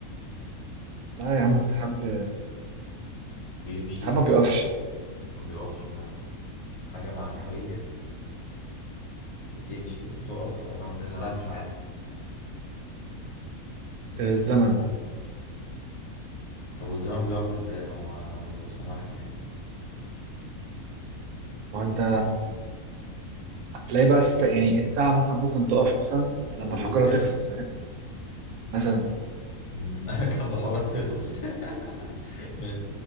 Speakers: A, on the right; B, on the left.
A: لا يا عم السحاب
B: بيمشي
A: السحاب ما بيقفش
B: ما بيقفش فعلا حاجة معنوية
A: مم.
B: بتمشي وبتقف عمرها ما ترجع لا مش عارف
A: الزمن
B: طب والزمان بيقف ازاي لو لو لو سمحت يعني
A: ما انت هتلاقي بقى الس... يعني الساعة مثلا ممكن تقف مثلا لما
B: روبوت
A: الحجارة
B: يعني
A: تخلص يعني مثلا
B: مم. <laughs> كم الحلقة تخلص <laughs> ماشي